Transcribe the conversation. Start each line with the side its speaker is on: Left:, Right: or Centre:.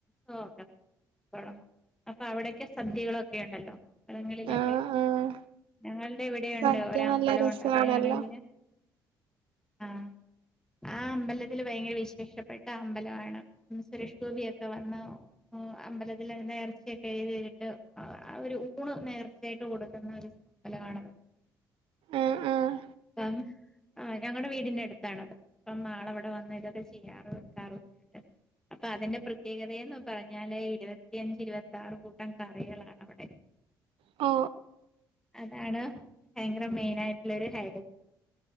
Centre: സൊക്കെ. തുടങ്ങും അപ്പൊ അവിടൊക്കെ സദ്യകളൊക്കെ ഉണ്ടല്ലോ അബലങ്ങളിലൊക്കെ.
Right: ആഹ് ആഹ്
Centre: ഞങ്ങളുടെ ഇവിടെ
Right: സദ്യ
Centre: ഉണ്ട് ഓരോ
Right: നല്ല
Centre: അമ്പലൊണ്ട്
Right: രസാണല്ലോ
Centre: അവിടെയാണെങ്കില്. ആ ആ. അമ്പലത്തിൽ ഭയങ്കര വിശേഷപ്പെട്ട അമ്പലമാണ് സുരേഷ് ഗോപിയൊക്കെ വന്ന അമ്പലത്തിൽ. നേർച്ചയൊക്കെ എഴതീട്ട് അവര് ഊണ് നേർച്ചയായിട്ട് കൊടുക്കുന്ന ഒരു അമ്പലമാണത്.
Right: ആഹ് ആഹ്
Centre: ആ ഞങ്ങടെ വീടി. വീടിന്റെ അടുത്താണത് അപ്പാളവിടെ വന്ന് ഇതൊക്കെ ചെയ്യാറും എടുക്കാറൊക്കെണ്ട്. അപ്പൊ അതിന്റെ പ്രത്യേകതയന്ന് പറഞ്ഞാല് ഇരുപത്തിയഞ്ച് ഇരുപത്തി ആറ് കൂട്ടം കറികളാണ് അവിടെ.
Right: ഓ.
Centre: അതാണ് ഭയങ്കര മെയിൻ ആയിട്ടുള്ള ഒരു ഹൈഡ.